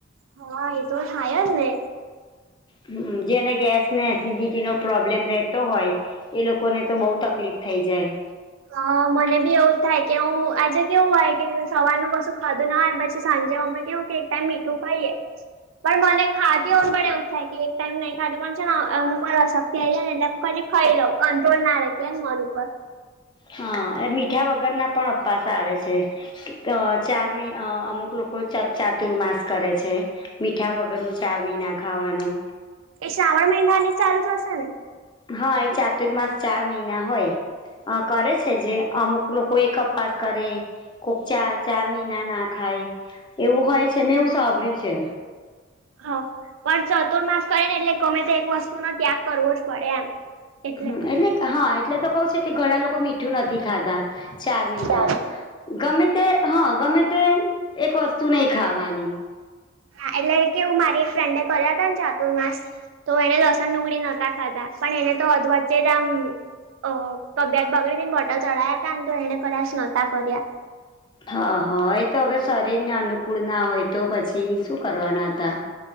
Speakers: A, on the right; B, on the left.
A: હા એ તો થાય જ ને
B: હમ જેને ગેસને એસિડિટીનો પ્રોબ્લેમ રહેતો હોય એ લોકોને તો બઉુ તકલીફ થઈ જાય.
A: અ મને બી એવું જ થાય કે હું આજે કેવું આઈ ગઈ સવારનું કશું ખાધું ના હોય પછી સાંજે અમે કેવું એક ટાઈમ મીઠું ખાઇએ. પણ મને ખાધી હો પણ એવું જ થાય કે એક ટાઈમ નહી ખાધું પણ છે હું પણ અશક્તિ આઈ જાય ને એટલે કે ખઈ લઉ કંટ્રોલ ના રે કે ને મન ઉપર
B: હ અને મીઠા વગરના પણ અપાસ આવે છે. અ ચારમી અ અમુક લોકો ચાતુર્માસ કરે છે. મીઠા વગરનું ચાર મહિના ખાવાનું.
A: એ શ્રાવણ મહિના ની ચાલુ થશે.
B: હા એ ચાતુર્માસ ચાર મહિના હોય, અ કરે છે જે અમુક લોકો એકઅપાસ કરે. કોક ચા ચાર મહિના ના ખાય એવું હોય છે, મેંવું સાંભળ્યું છે.
A: હા. પણ ચતુર્માસ કરે ને એટલે ગમે તો એક વસ્તુ નો ત્યાગ કરવો જ પડે એમ એટલે
B: હ એટલે તો કવુ છું કે ઘણા લોકો મીઠું નથી ખાતા, ચાર મહિના.
A: ચાલ
B: ગમે તે હ ગમે તે એક વસ્તુ નહી ખાવાની.
A: હા એટલે કેવું મારી ફ્રેન્ડને કર્યા તાને ચાતુર્માસ. તો એને લસણ ડુંગળી નતા ખાતા પણ એને તો અધ વચ્ચે જ આમ ઓ તબેત બગડી તી મારી બોટલ ચળાયા ત તો એને કદાચ એ જ પડેનતા કર્યા.
B: હા હા એ તો હવે શરીરને અનુકૂળ ના હોય તો પછી શું કરવાના હતા.